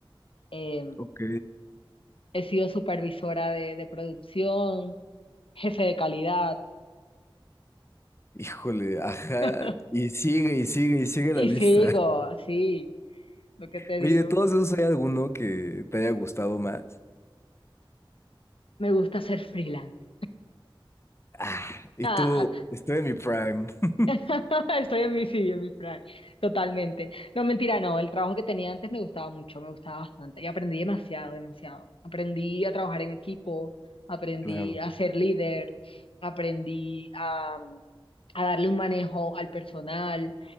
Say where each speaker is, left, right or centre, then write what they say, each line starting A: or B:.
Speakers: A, on the left (about 85°); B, on the left (about 30°).
A: eh,
B: Ok.
A: he sido supervisora de, de producción, jefe de calidad,
B: Híjole, ajá.
A: <laughs>
B: Y sigue, y sigue, y sigue
A: y
B: la lista.
A: sigo,
B: <laughs>
A: sí, lo que te
B: Oye,
A: digo,
B: de todos esos, ¿hay alguno que te haya gustado más?
A: me gusta ser freelance.
B: Ah, y
A: <laughs>
B: tú, estoy en mi prime. <laughs>
A: <laughs> Estoy en mi, sí, en mi plan, totalmente. No, mentira, no, el trabajo que tenía antes me gustaba mucho, me gustaba bastante y aprendí demasiado, demasiado. Aprendí a trabajar en equipo, aprendí
B: Claro,
A: a ser líder, aprendí a, a darle un manejo al personal,